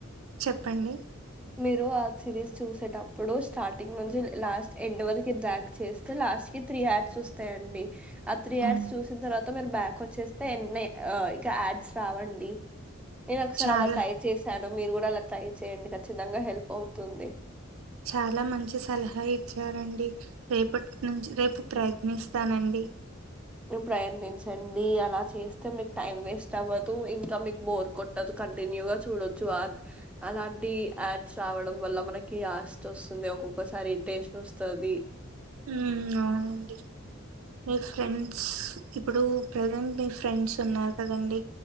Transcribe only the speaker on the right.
చెప్పండి
అవును
చాలా
చాలా మంచి సలహా ఇచ్చారండి రేపటి నుంచి రేపు ప్రయత్నిస్త స్తానండి
ఉమ్ అవునండి మీ ఫ్రెండ్స్ ఇప్పుడు ప్రెజెంట్ మీ ఫ్రెండ్స్ ఉన్నారు కదండీ